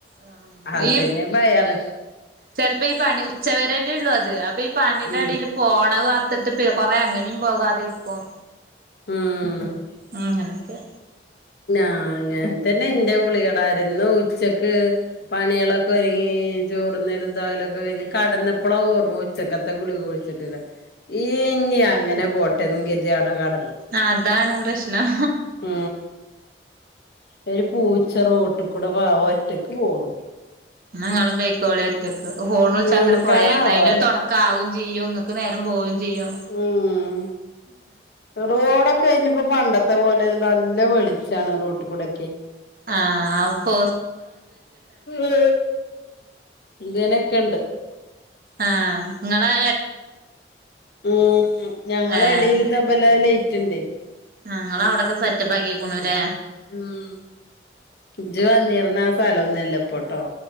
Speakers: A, on the right; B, on the left.
A: ആ
B: അതന്നെ
A: ഈ,
B: ഇപ്പ അയാള്
A: ചെിലപ്പോ ഈ പണി ഉച്ചവരല്ലേ ഉള്ളൂ അത് അപ്പൊ പണിയുടെ
B: ഉം
A: അടിൽ പോണ വാർത്തിട്ട് കൊറ അങ്ങനും പോകാതിരിക്കും.
B: ഉം
A: ഉ എനക്ക്.
B: ാ ങ്ങന തന്നെ എൻന്റെറെ ഗളികടായിരുന്നു ഉച്ചക്ക് പണികളൊക്കെ ഒരുങ്ങി ചോറന്നലും തോലൊക്കെ കഴിഞ് കടന്ന എപ്പളാ ഓർമ്മോ ഉച്ചക്കത്തെ കുളി കുഴിച്ചിട്ടില്ല ഈ ഇഞ്ഞ അങ്ങനെ ബോട്ടന്നും കതി അവിടെ കടന്നു
A: ആ അതാണ് പ്രശ്നം.
B: ആ. ഒരുര് പൂച്ച റോട്ട കൂടെ വ ഒറ്റക്ക് പോണ.
A: ാങ്ങളും വേക്കോളേ ഒറ്റക്ക് ഫോൺ വിളിച്ച
B: എവിടുക്കാണാവോ
A: അങ്ങനെ പോയായി അതിനൊ
B: അത്
A: ാവയും ചെയ്യും ഇങ്ങക്ക് നേരം പോവയും ചെയ്യും.
B: ഉം റോഡൊക്കെ കയിഞ്ഞ ഇപ്പൊ പണ്ടത്തെ പോലെ നല്ല വെളിച്ചാണ് റോട്ട് കൂടെൊക്കെ.
A: ആഹ അപ്പൊ
B: ആ ഇങ്ങനൊക്കെ ഉണ്ട്
A: ആഹ നിങ്ങളെ
B: ഉ ഉ ഞങ്ങള
A: ഏഹ്
B: ഇടയിൽ ഇ തബല ലേറ്റ്ുണ്ട്േ
A: ഞങ്ങൾ അവിടൊക്കെ സെറ്റപ്പ് ആക്കിക്കണുല്ലേ
B: ഉം ജ വന്നിരുന്ന ആ സ്ഥലം ഒന്നും ഇല്ലപ്പോട്ടോ